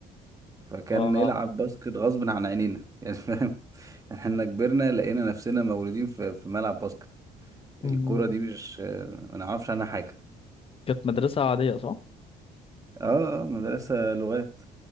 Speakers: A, on the right; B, on the left.
A: فكان
B: اه
A: نلعب باسكت غصب عن عينينا يعني فاهم <laughs> احنا كبرنا لقينا نفسنا مولودين في في ملعب باسكت
B: مم.
A: الكرة دي مش ما نعرفش عنها حاجة
B: كانت مدرسة عادية صح؟
A: اه آه، مدرسة لغات